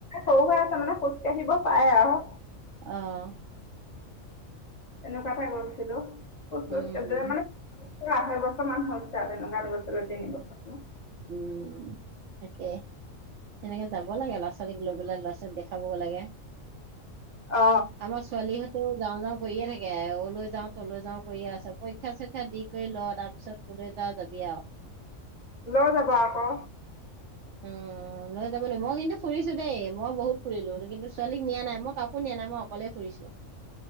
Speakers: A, on the left; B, on the right.
A: সৰু হৈ আছে মানে খোজ কাঢ়িব পাৰে আৰু।
B: অহ।
A: এনেকুৱাতেই গৈছিলো। খোজ
B: হম।
A: চোজ মানে আঢ়ৈ বছৰ মান হৈছে আৰু তেনেকুৱাত গৈছিলোঁ তিন বছৰ মান।
B: উম, তাকে তেনেকে যাব লাগে ল'ৰা-ছোৱালীক লৈ পেলাই লৰা-ছোৱালীক দেখ খাবগৈ লাগে।
A: অ
B: আমাৰ ছোৱালীহঁতে তেওঁ যাওঁ যাওঁ কৰিয়ে থাকে ওলৈ যাও তলৈ যাও কৰিয়ে আছে পৰীক্ষা চৰীক্ষা দি কৰি ল তাৰ পিছত কলৈ যাও যাবি আৰু
A: লৈ যাব আকৌ
B: উ, লৈ যাব লাগিব, মই কিন্তু ফুৰিছো দেই মই বহুত ফুৰিলো কিন্তু ছোৱালীক নিয়া নাই মই কাকো নিয়া নাই মই অকলেই ফুৰিছো।